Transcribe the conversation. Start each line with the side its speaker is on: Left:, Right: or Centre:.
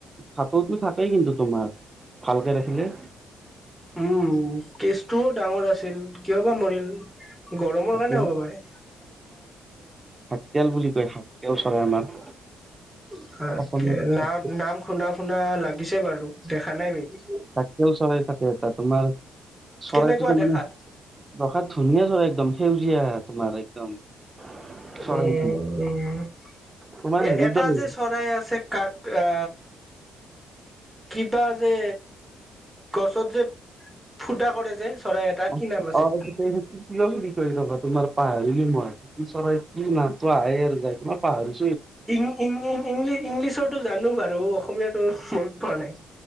Right: -ভাটৌটো থাকেই কিন্তু তোমাৰ। ভালকে ৰাখিলে।
Centre: উম', কেচটোও ডাঙৰ আছিল। কিয় বা মৰিল গৰমৰ
Right: ভাটৌ
Centre: কাৰণে হ'ব পাৰে।
Right: তেল বুলি কয় শাক তেল চৰাই আমাৰ।
Centre: তাক
Right: অসমীয়াত শাক
Centre: নাম- নাম শুনা শুনা লাগিছে বাৰু। দেখা নাই মে বি
Right: থাকেল চৰাই থাকে এটা তোমাৰ চৰাইটো
Centre: কেনেকুৱা
Right: তো
Centre: দেখাত
Right: মানে দেখাত ধুনীয়া চৰাই একদম। সেউজিয়া তোমাৰ একদম। চৰাইটো
Centre: উম
Right: তোমাৰ
Centre: এ
Right: হেৰিৰ
Centre: এটা
Right: দৰে
Centre: যে চৰাই আছে কাক আ কিবা যে গছত যে ফুটা কৰে যে।
Right: <unintelligible>
Centre: চৰাই এটা কি নাম
Right: তোমাৰ
Centre: আছিল?
Right: <unintelligible> মই চৰাইটি নাপাইয়ে <unintelligible> পাহৰি
Centre: ইং ইং ইং ইংলিছত। টো জানো বাৰু অসমীয়াাতো মনত পোৱা নাই।